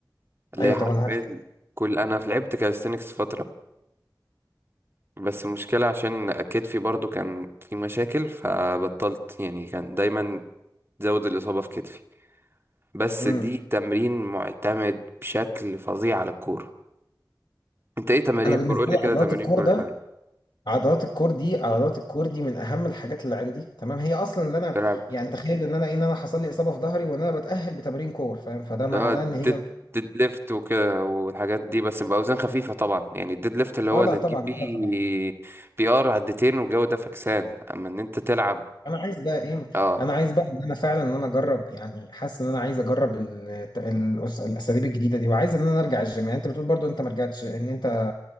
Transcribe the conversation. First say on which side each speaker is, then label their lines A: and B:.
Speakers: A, on the right; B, on the left.
A: اللي
B: ايوه
A: هي حرفيا
B: طبعا عارف كده
A: كل انا في لعبت كاليستينكس فترة بس المشكلة عشان كتفي برضو كان في مشاكل فبطلت يعني كان دايما زود الإصابة في كتفي بس
B: امم
A: دي تمرين معتمد بشكل فظيع على الكورة انت ايه تمارين
B: انا
A: الكورة
B: بالنسبه
A: قول لي
B: لي
A: كده
B: عضلات
A: تمارين
B: الكور
A: الكورة
B: ده
A: الحلوة
B: عضلات الكور دي عضلات الكور دي من اهم الحاجات اللي عندي تمام هي اصلا
A: مم.
B: اللي انا
A: تلعب
B: يعني تخيل ان انا إيه، ان انا حصل لي اصابه في ظهري وان انا بتاهل بتمارين كور فاهم فده
A: لا
B: معناه
A: ديد
B: ان هي
A: ديد ليفت وكده والحاجات دي بس بأوزان خفيفة طبعا يعني الديد ليفت اللي هو
B: اه لا
A: اللي
B: طبعا
A: تجيب
B: انا
A: بيه
B: طبعا
A: بي ار عدتين والجو ده فكسان اما ان انت تلعب
B: انا عايز بقى ايه
A: اه
B: انا عايز بقى ان انا فعلا ان انا اجرب يعني حاسس ان انا عايز اجرب ال- ال- الأس- الاساليب الجديده دي وعايز ان انا ارجع الجيم يعني انت بتقول برضو انت ما رجعتش ان انت